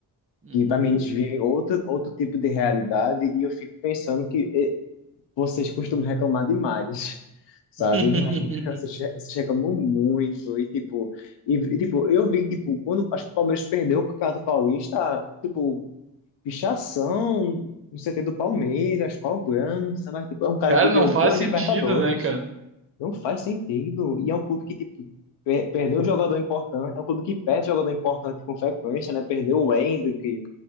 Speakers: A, on the right; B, on the left.
A: Hum.
B: que para mim eles vivem outro, outro tipo de realidade, e eu fico pensando que vocês costumam reclamar demais, sabe?
A: <laughs>
B: Imagina, Vocês, vocês reclamam muito e tipo, e, e, tipo, eu vi tipo quando acho que o Palmeiras perdeu o Campeonato Paulista, tipo, pichação no CT do Palmeiras, cobrança, mas tipo, é um cara
A: Cara,
B: que ganhou
A: não faz
B: duas
A: sentido,
B: Libertadores.
A: né, cara?
B: Não faz sentido. E é um clube que tipo per- perdeu um jogador importante, é um clube que perde jogador importante com frequência, né? Perdeu o Hendrick,